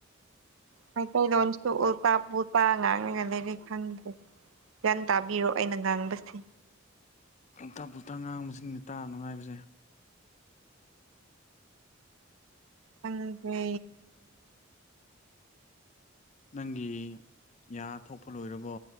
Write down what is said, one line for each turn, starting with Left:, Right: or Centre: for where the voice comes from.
Right: ꯃꯩꯇꯩ ꯂꯣꯟꯁꯨ ꯎꯜꯇꯥ ꯄꯨꯜꯇꯥ ꯉꯥꯡꯉꯒ ꯂꯩꯔꯦ ꯈꯪꯗꯦ꯫ ꯒ꯭ꯌꯥꯟ ꯇꯥꯕꯤꯔꯣ ꯑꯩꯅ ꯉꯥꯡꯕꯁꯦ
Left: ꯎꯇꯥ ꯄꯨꯇꯥ ꯉꯥꯡꯕꯁꯤꯅꯤ ꯇꯥ ꯅꯨꯡꯉꯥꯏꯕꯖꯦ
Right: ꯈꯪꯗꯦ
Left: ꯅꯪꯒꯤ ꯌꯥ ꯊꯣꯛꯄ ꯂꯣꯏꯔꯕꯣ